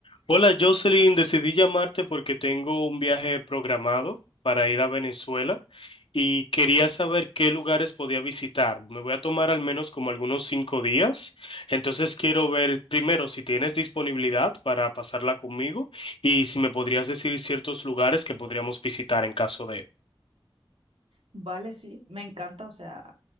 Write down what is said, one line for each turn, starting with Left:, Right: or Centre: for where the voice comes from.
Left: Hola Jocelyn, decidí llamarte porque tengo un viaje programado para ir a Venezuela y quería saber qué lugares podía visitar. Me voy a tomar al menos como algunos cinco días, entonces quiero ver primero si tienes disponibilidad para pasarla conmigo y si me podrías decir ciertos lugares que podríamos visitar en caso de...
Right: Vale, sí, me encanta, o sea,